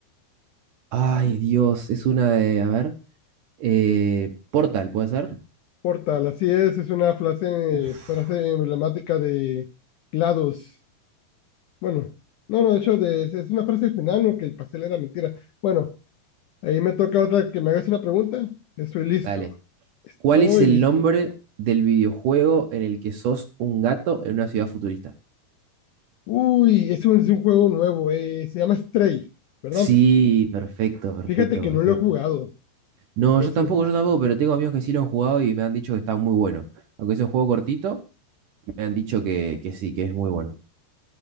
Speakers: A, on the right; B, on the left.
A: Ay, Dios, es una de, a ver, eh, Portal, ¿puede ser?
B: Portal, así es, es una frase,
A: Uf,
B: frase emblemática de GLaDOS. Bueno, no, no, de hecho, de- es una frase del final, ¿no? Que el pastel era mentira. Bueno, Ahí me toca otra que me hagas una pregunta. Estoy listo.
A: dale.
B: Estoy
A: ¿Cuál es el
B: listo.
A: nombre del videojuego en el que sos un gato en una ciudad futurista?
B: Uy, es un, es un juego nuevo. eh, se llama Stray, ¿verdad?
A: Sí, perfecto, perfecto,
B: Fíjate que
A: perfecto.
B: no lo he jugado,
A: No,
B: pero
A: yo
B: sí.
A: tampoco, yo tampoco, pero tengo amigos que sí lo han jugado y me han dicho que está muy bueno. Aunque es un juego cortito, me han dicho que, que sí, que es muy bueno.